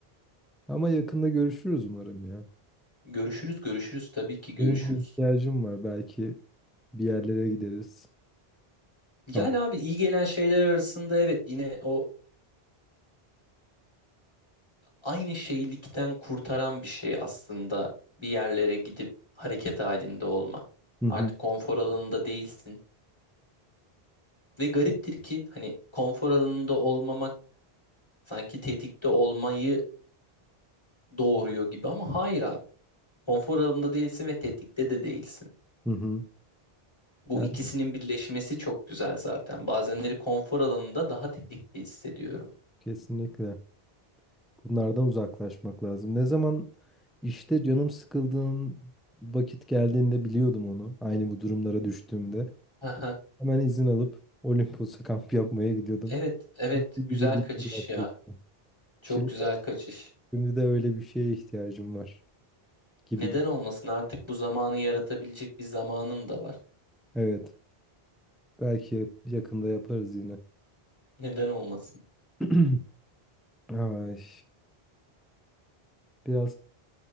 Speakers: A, in the centre; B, on the left.
A: Ama yakında görüşürüz umarım ya.
B: Görüşürüz, görüşürüz tabii ki görüşürüz.
A: Benim bir ihtiyacım var. Belki bir yerlere gideriz. Kamp.
B: Yani abi iyi gelen şeyler arasında evet yine o aynı şeylikten kurtaran bir şey aslında bir yerlere gidip hareket halinde olmak.
A: Hı hı.
B: Artık konfor alanında değilsin. Ve gariptir ki hani konfor alanında olmamak sanki tetikte olmayı doğuruyor gibi ama hayır abi. Konfor alanında değilsin ve tetikte de değilsin.
A: Hı hı.
B: Bu
A: Yani
B: ikisinin birleşmesi çok güzel zaten. Bazenleri konfor alanında daha tetikte hissediyorum.
A: kesinlikle. Bunlardan uzaklaşmak lazım. Ne zaman işte canım sıkıldığın vakit geldiğinde biliyordum onu. Aynı bu durumlara düştüğümde.
B: Aha,
A: Hemen izin alıp Olimpos'a kamp yapmaya gidiyordum.
B: evet, evet.
A: Mutlu
B: Güzel
A: geliyor
B: kaçış
A: gerçekten.
B: ya. Çok
A: Şimdi
B: güzel
A: de,
B: kaçış.
A: şimdi de öyle bir şeye ihtiyacım var gibi.
B: Neden olmasın? Artık bu zamanı yaratabilecek bir zamanın da var.
A: Evet. Belki yakında yaparız yine.
B: Neden olmasın?
A: <clears throat> Ay, biraz